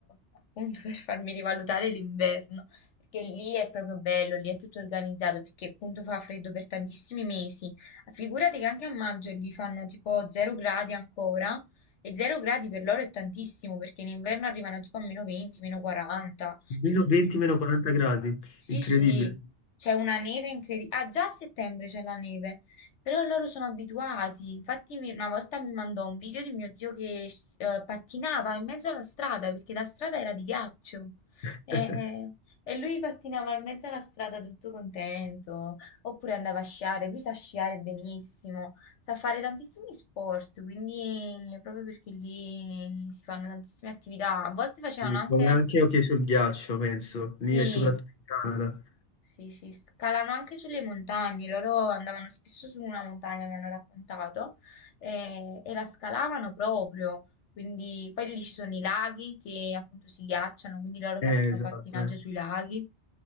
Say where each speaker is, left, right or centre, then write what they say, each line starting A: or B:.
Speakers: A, on the left; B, on the left.
A: appunto, <laughs> per farmi rivalutare l'inverno, perché lì è proprio bello, lì è tutto organizzato, perché appunto fa freddo per tantissimi mesi. Figurati che anche a maggio lì fanno tipo 0 gradi ancora, e 0 gradi per loro è tantissimo, perché in inverno arrivano tipo a meno 20, meno 40.
B: Meno 20, meno 40 gradi,
A: Sì,
B: incredibile.
A: sì, c'è una neve incredibile. Ah, già a settembre c'è la neve, però loro sono abituati. Infatti mi- una volta mi mandò un video di mio zio che eh, pattinava in mezzo alla strada, perché la strada era di ghiaccio.
B: <laughs>
A: E, e lui pattinava in mezzo alla strada tutto contento, oppure andava a sciare, lui sa sciare benissimo, sa fare tantissimi sport, quindi proprio perché lì si fanno tantissime attività. A volte facevano
B: Quindi,
A: anche...
B: Come anche ok sul ghiaccio, penso, lì
A: Sì,
B: e soprattutto in Canada.
A: sì, sì, scalano anche sulle montagne, loro andavano spesso su una montagna, mi hanno raccontato, eh, e la scalavano proprio, quindi poi lì ci sono i laghi che appunto si ghiacciano, quindi loro
B: Eh,
A: fanno
B: esatto,
A: pattinaggio
B: eh.
A: sui laghi.